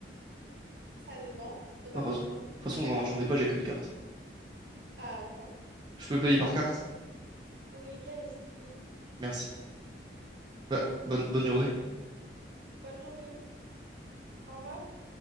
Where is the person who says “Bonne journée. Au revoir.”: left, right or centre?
Right